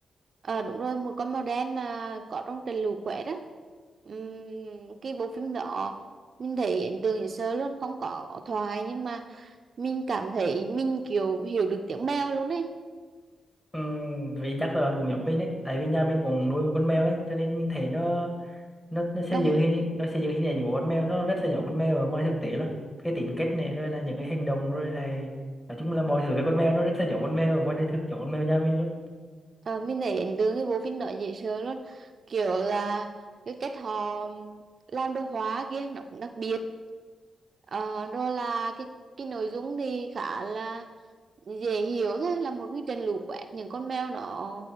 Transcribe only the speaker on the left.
Ừ, vì chắc là bạn cũng giống mình ấy, tại vì nhà mình cũng nuôi một con mèo ấy, cho nên mình thấy nó nó nó xây
dựng hình nó xây dựng hình ảnh của con mèo nó rất là giống con mèo ở ngoài thực tế luôn. Cái tính cách này rồi là những cái hành động rồi là nói chung là mọi thứ về con mèo nó rất là giống con mèo ở ngoài đời thực giống con mèo nhà mình luôn.